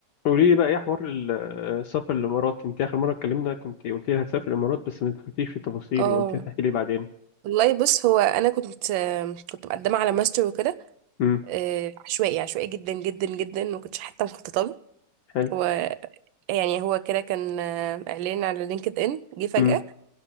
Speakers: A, on the left; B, on the right.
A: قولي لي بقى ايه حوار ال- السفر الامارات انت اخر مره اتكلمنا كنت قلت لي هتسافر الامارات بس ما دخلتيش في التفاصيل
B: اه
A: وقلت لي هتحكي لي بعدين
B: والله بص هو انا كنت آم، كنت مقدمه على ماستر وكده
A: امم
B: آه، عشوائي عشوائي جدا جدا جدا ما كنتش حتى مخططه له
A: حلو
B: هو يعني هو كده كان آه، اعلان على لينكد ان جه فجاه
A: امم